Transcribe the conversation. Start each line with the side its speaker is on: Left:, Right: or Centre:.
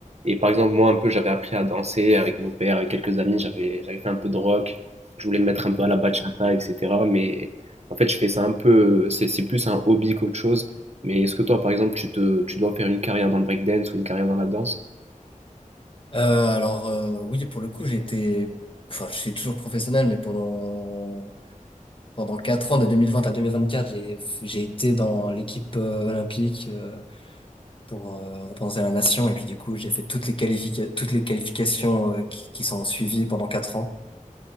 Right: Et par exemple moi un peu j'avais appris à danser avec mon père, avec quelques amis, j'avais, j'avais fait un peu de rock, je voulais me mettre un peu à la bachata, etc. Mais en fait je fais ça un peu, c'est c'est plus un hobby qu'autre chose. Mais est-ce que toi par exemple tu te, tu dois faire une carrière dans le breakdance ou une carrière dans la danse?
Left: Euh, alors, euh, oui, pour le coup, j'ai été, enfin, je suis toujours professionnel, mais pendant Pendant quatre ans, de 2020 à 2024, j'ai j'ai été dans l'équipe euh, olympique euh, pour euh, représenter la nation. Et puis du coup, j'ai fait toutes les qualifica- toutes les qualifications euh, qui, qui sont suivies pendant quatre ans.